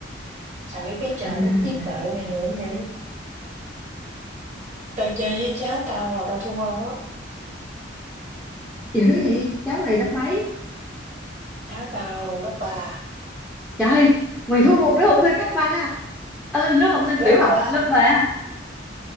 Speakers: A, on the right; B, in the centre.
A: Tao thấy cái trò
B: <laughs>
A: đó trí tuệ mà nhiều như vậy. tao chơi với cháu tao là tao thua á.
B: dữ vậy cháu mày lớp mấy
A: Cháu tao lớp ba,
B: trời mày thua một đứa học sinh cấp ba ờ, lớp học sinh
A: Lớp
B: tiểu học
A: ba
B: lớp ba